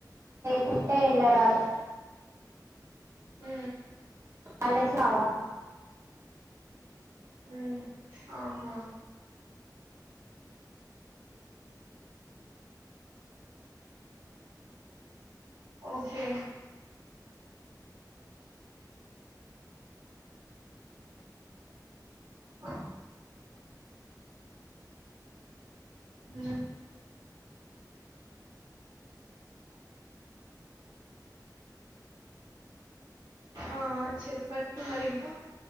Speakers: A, on the right (about 40°); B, on the right (about 75°).
A: కుంటే ఇలా రాదు
B: ఉ
A: అల్ళె చవా
B: ఉమ్, ఆహా ఓకే ఆ ఉ ఆ చెప్పండి మరి ఇంకా